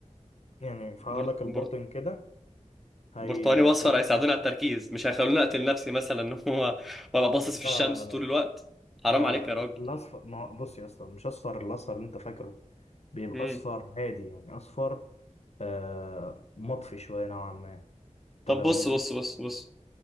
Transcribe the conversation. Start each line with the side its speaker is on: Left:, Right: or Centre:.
Left: يعني فعالك
Centre: بر...
Left: الباطن
Centre: بر...
Left: كده هيخليك
Centre: برتقاني واصفر هيساعدوني
Left: تركز.
Centre: على التركيز مش هيخلوني اقتل نفسي مثلا <laughs> ان هو وابقى باصص
Left: لا
Centre: في الشمس
Left: لا لا
Centre: طول الوقت حرام
Left: لا
Centre: عليك
Left: لا
Centre: يا راجل
Left: الاصفر ما هو بص يا اصلا مش اصفر الاصفر اللي انت فاكره بيبقى
Centre: مم.
Left: اصفر هادي يعني اصفر آه مطفي شويه نوعا ما
Centre: طب
Left: انت فاهم
Centre: بص
Left: قصدي
Centre: بص بص بص